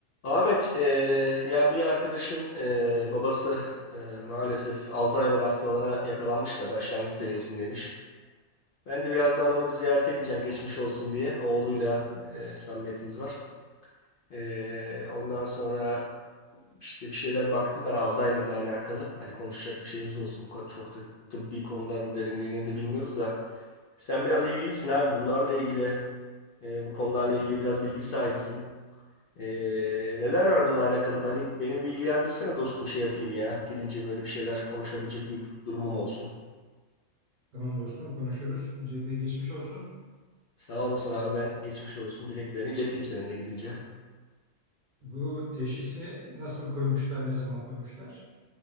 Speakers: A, on the left (about 65°); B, on the right (about 45°).
A: Ahmet, e, ya bir arkadaşın e, babası e, maalesef Alzheimer hastalığına yakalanmış da başlangıç seviyesindeymiş. Ben de birazdan onu bir ziyarete gideceğim geçmiş olsun diye. Oğluyla e, samimiyetimiz var. E, ondan sonra işte bir şeyler baktım ben Alzheimer'la alakalı. Hani konuşacak bir şeyimiz olsun. Bu ko- Çok da tıbbi konuların derinliğini de bilmiyoruz da. Sen biraz ilgilisin abi bunlarla ilgili, e, bu konularla ilgili biraz bilgi sahibisin. Ee, neler var bununla alakalı? Beni, beni bilgilendirsene dostum şey yapayım ya. Gidince böyle bir şeyler konuşabilecek bir durumum olsun.
B: Tamam dostum konuşuruz. Öncelikle geçmiş olsun.
A: Sağ olasın abi ben geçmiş olsun dileklerini ileteyim senin de gidince.
B: Bu teşhisi nasıl koymuşlar, ne zaman koymuşlar?